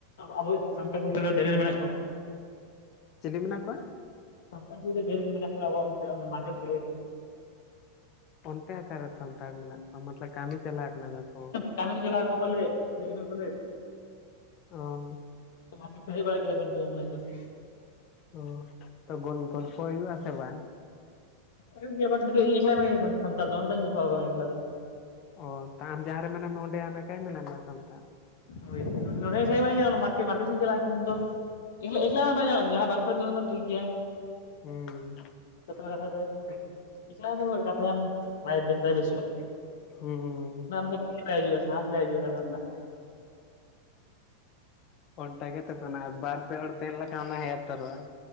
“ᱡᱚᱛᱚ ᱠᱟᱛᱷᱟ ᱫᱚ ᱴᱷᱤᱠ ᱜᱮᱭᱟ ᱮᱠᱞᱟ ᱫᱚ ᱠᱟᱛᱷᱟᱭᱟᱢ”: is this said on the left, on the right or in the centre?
Left